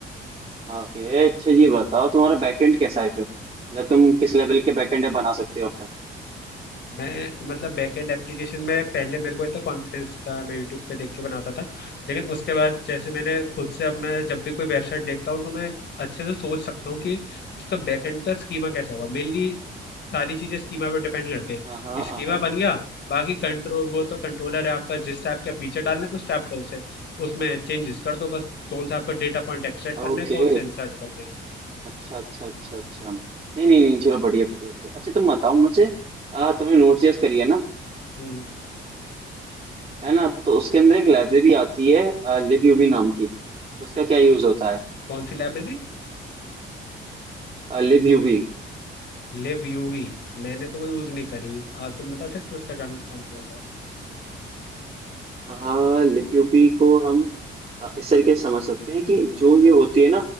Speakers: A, on the right (about 30°); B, on the left (about 60°).
A: ओके अच्छा ये बताओ तुम्हारा बैकएंड कैसा है फिर मतलब तुम किस लेवल के बैकएंड बना सकते हो अब तक
B: मैं मतलब बैकएंड एप्लीकेशन में पहले मेरे को इतना कॉन्फिडेंस था मैं यूट्यूब पे देख के बनाता था लेकिन उसके बाद जैसे मैंने खुद से अब मैं जब भी कोई वेबसाइट देखता हूँ तो मैं अच्छे से सोच सकता हूँ कि इसका बैकएंड का स्कीमा कैसा होगा मेनली सारी चीज़ें स्कीमा पे डिपेंड करते
A: हाँ हाँ
B: हैं
A: हाँ
B: स्कीमा
A: हाँ
B: बन गया बाकी कंट्रोल वो तो कंट्रोलर है आपका जिस टाइप का फीचर डालना है उस टाइप का उसे उसमें चेंजेस कर दो बस कौन सा आपका डेटा पॉइंट एक्सट्रैक्ट करना
A: ओके
B: है कौन सा इंसर्ट करना है
A: अच्छा अच्छा अच्छा अच्छा नहीं नहीं नहीं चलो बढ़िया बढ़िया बढ़िया अच्छा तुम बताओ मुझे आ, तुमने नोट जेएस करी है ना
B: हम्म
A: है ना तो उसके अंदर एक लाइब्रेरी आती है लिब यूबी नाम की उसका क्या यूज होता है
B: कौन सी लाइब्रेरी
A: Libuv
B: Libuv मैंने तो वो यूज नहीं करी आ, तुम बता सकते हो उसका काम काम क्या होता
A: हाँ लिक्यूपी को हम अ, इस तरीके से समझ सकते हैं कि जो ये होती है ना